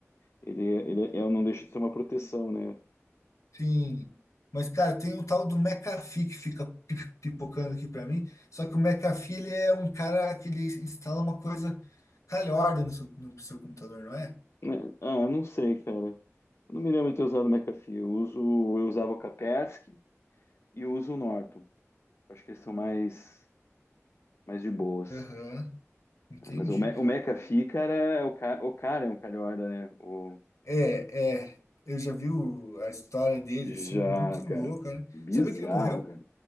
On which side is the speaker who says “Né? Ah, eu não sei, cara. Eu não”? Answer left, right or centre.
Left